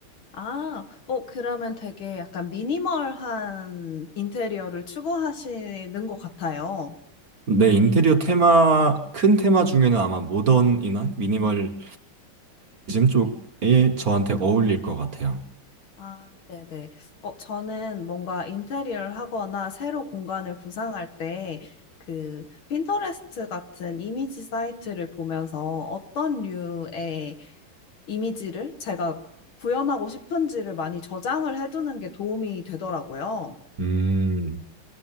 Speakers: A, on the left; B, on the right.
A: 아, 어, 그러면 되게 약간 미니멀한 인테리어를 추구하시는 것 같아요.
B: 네, 인테리어 테마, 큰 테마 중에는 아마 모던이나 미니멀리즘 쪽에 저한테 어울릴 것 같아요.
A: 아, 네네. 어, 저는 뭔가 인테리어를 하거나 새로 공간을 구상할 때 그 핀터레스트 같은 이미지 사이트를 보면서 어떤 류의 이미지를 제가 구현하고 싶은지를 많이 저장을 해두는 게 도움이 되더라고요.
B: 음,